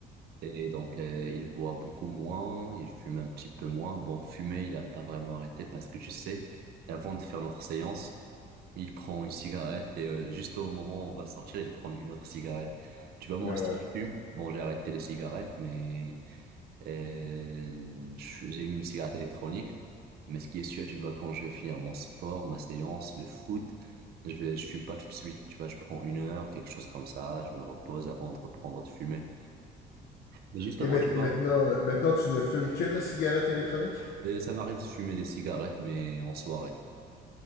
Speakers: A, on the right; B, on the left.
A: Et donc, euh, il boit beaucoup moins, il fume un petit peu moins. Bon, fumer, il n'a pas vraiment arrêté parce que tu sais, avant de faire notre séance, il prend une cigarette et euh, juste au moment où on va sortir, il prend une autre cigarette. Tu vois, moi
B: Ah
A: aussi,
B: ouais.
A: je fume. Bon, j'ai arrêté les cigarettes, mais euh, je- j'ai eu une cigarette électronique. Mais ce qui est sûr, tu vois, quand je vais finir mon sport, ma séance, le foot, je vais, je fume pas tout de suite. Tu vois, je prends une heure, quelque chose comme ça, je me repose avant de reprendre de fumer. Mais justement,
B: et mait-
A: tu vois,
B: maintenant, maintenant, tu ne fumes que de la cigarette électronique?
A: Et ça m'arrive de fumer des cigarettes, mais en soirée.